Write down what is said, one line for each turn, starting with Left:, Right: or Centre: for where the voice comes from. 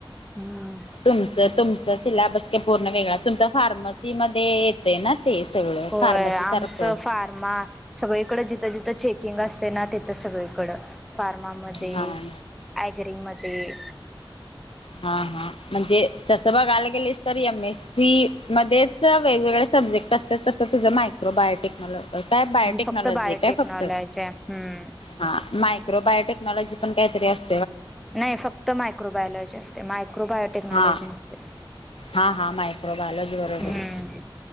Centre: हम्म
Left: तुमचं तुम चा सिलॅबस काय पूर्ण वेगळा तुमचा फार्मसीमध्ये येतय ना? ते सगळं
Centre: होय
Left: फार्मसी
Centre: आमचं
Left: सारखं
Centre: फार्मा सगळीकडं जिथं, जिथं चेकिंग असतय ना ते तर सगळीकडं फार्मामध्ये,
Left: हा
Centre: ऍग्रीमध्ये
Left: हा, हा म्हणजे तसं बघायला गेलीस तर एम ए सी मध्येच वेगवेगळे सब्जेक्ट असतात तसं तुझं मायक्रो बायोटेक्नॉलॉज काय बायोटेक्नॉलॉजी
Centre: फक्त बायोटेक्नॉलॉजी
Left: हाय काय फक्त?
Centre: हम्म
Left: हा. मा बायो टेक्नॉलॉजी पण काहीतरी असं
Centre: नाही फक्त मायक्रो बायोलॉजी असते, मायक्रो बायोटेक्नॉलॉजी
Left: हा
Centre: नसते.
Left: हा हा मायक्रो बायलोजी बरोबर.
Centre: हम्म